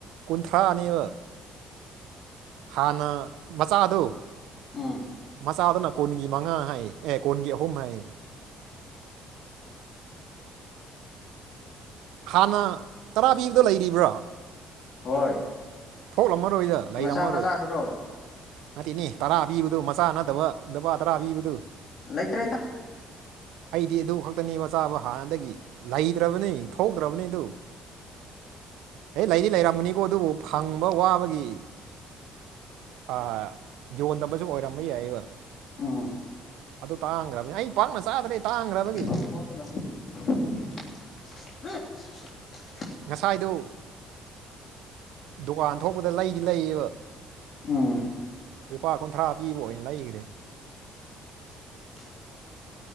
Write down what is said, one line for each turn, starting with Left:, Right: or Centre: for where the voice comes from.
Right: ꯀꯨꯟꯊ꯭ꯔꯥ ꯅꯤꯕ ꯍꯥꯟꯅ ꯃꯆꯥꯗꯣ
Left: ꯎꯝ
Right: ꯆꯥꯗꯨꯅ ꯀꯣꯟꯒꯤ ꯃꯉꯥ ꯍꯥꯏ ꯑꯦ ꯀꯣꯟꯒꯤ ꯑꯍꯨꯝ ꯍꯥꯏ ꯍꯥꯟꯅ ꯇꯔꯥ ꯄꯤꯕꯗꯣ ꯂꯩꯔꯤꯕ꯭ꯔꯥ
Left: ꯍꯣꯏ
Right: ꯊꯣꯛꯂꯝꯃꯔꯣꯏꯗ ꯂꯩꯔꯝꯃꯔꯣꯏ
Left: ꯃꯆꯥ ꯃꯆꯥꯗꯨꯔꯣ
Right: ꯅꯠꯇꯦꯅꯦ ꯇꯔꯥ ꯄꯤꯕꯗꯨ ꯃꯆꯥ ꯅꯠꯇꯕ ꯂꯄꯥ ꯇꯔꯥ ꯄꯤꯕꯗꯨ
Left: ꯂꯩꯇꯔꯦꯗ
Right: ꯑꯩꯗꯤ ꯑꯗꯨ ꯈꯛꯇꯅꯤ ꯃꯆꯥꯕ ꯍꯥꯟꯅꯗꯒꯤ ꯂꯩꯇ꯭ꯔꯕꯅꯤ ꯊꯣꯛꯇ꯭ꯔꯕꯅꯤ ꯑꯗꯨ ꯍꯦ ꯂꯩꯗꯤ ꯂꯩꯔꯝꯒꯅꯤꯀꯣ ꯑꯗꯨꯕꯨ ꯐꯪꯕ ꯋꯥꯕꯒꯤ ꯑꯥ ꯌꯣꯟꯗꯕꯁꯨ ꯑꯣꯏꯔꯝꯕ ꯌꯥꯏꯌꯦꯕ
Left: ꯎꯝ
Right: ꯑꯗꯨ ꯇꯥꯡꯒ꯭ꯔꯝꯅꯦ ꯑꯩ ꯄꯥꯛꯅ ꯆꯥꯗ꯭ꯔꯦ ꯇꯥꯡꯈ꯭ꯔꯕꯒꯤ
Left: <unintelligible>
Right: ꯉꯁꯥꯏꯗꯨ ꯗꯨꯀꯥꯟ ꯊꯣꯛꯄꯗ ꯂꯩꯗꯤ ꯂꯩꯌꯦꯕ
Left: ꯎꯝ
Right: ꯂꯨꯄꯥ ꯀꯨꯟꯊ꯭ꯔꯥ ꯄꯤꯕ ꯑꯣꯏꯅ ꯂꯩꯒ꯭ꯔꯦ
Left: <inaudible>